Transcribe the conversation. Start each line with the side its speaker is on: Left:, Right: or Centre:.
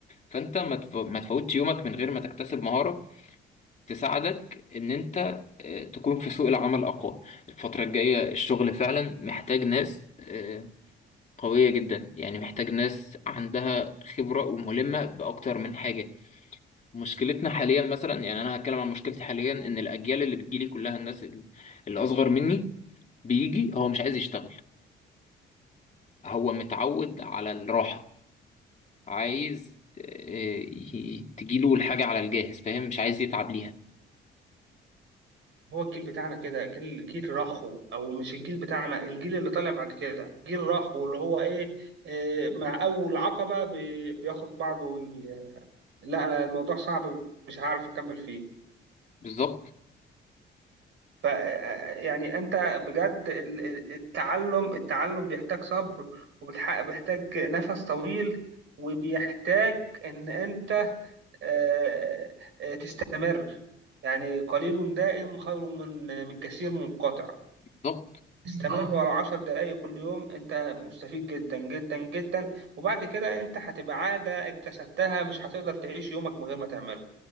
Left: فانت ما تف- ما تفوتش يومك من غير ما تكتسب مهاره تساعدك ان انت آه، تكون في سوق العمل اقوى الفتره الجايه الشغل فعلا محتاج ناس آه، قوية جدا يعني محتاج ناس عندها خبرة وملمة بأكتر من حاجة مشكلتنا حاليا مثلا يعني أنا هتكلم عن مشكلتي حاليا إن الأجيال اللي بتجيلي كلها الناس اللي أصغر مني بيجي هو مش عايز يشتغل هو متعود على الراحة عايز آه، ي- تجيله الحاجة على الجاهز فاهم مش عايز يتعب ليها
Right: هو الجيل بتاعنا كده جيل جيل رخو او مش الجيل بتاعنا الجيل اللي طالع بعد كده جيل رخو اللي هو ايه آه، مع اول عقبة بي- بياخد بعضه وي... لا انا الموضوع صعب مش هعرف اكمل فيه
Left: بالظبط
Right: ف آه، يعني انت بجد ال- ال- التعلم التعلم بيحتاج صبر وبيحتاج نفس طويل وبيحتاج ان انت آه، آه، تستمر يعني قليل دائم خير من من كثير منقطع
Left: بالظبط
Right: استمر ورا عشر دقايق كل يوم انت مستفيد جدا جدا جدا وبعد كده انت هتبقى عادة اكتسبتها مش هتقدر تعيش يومك من غير ما تعمله